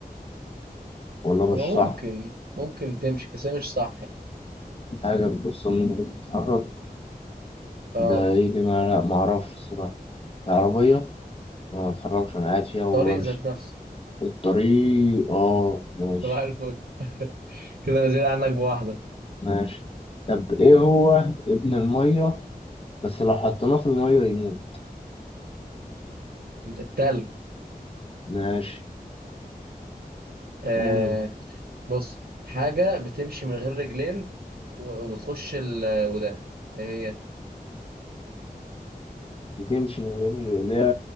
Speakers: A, on the left; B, on the right.
A: والله مش
B: هو
A: صح
B: ممكن ممكن تمشي بس هي مش صح يعني.
A: حاجة بتوصلني من غير ما اتحرك
B: اه
A: ده ايه دي ما لا معرفش الصراحة العربية أنا ما بتحركش أنا قاعد فيها وبمشي
B: طريق ذات نفسه
A: الطريق آه ماشي
B: صباح الفل <laughs> كده انا زيادة عنك بواحدة
A: ماشي طب إيه هو ابن المية بس لو حطيناه في المية يموت
B: التلج
A: ماشي
B: آه
A: قول أنت
B: بص حاجة بتمشي من غير رجلين و- وبتخش ال- وده ايه هي
A: بتمشي من غير اللي هي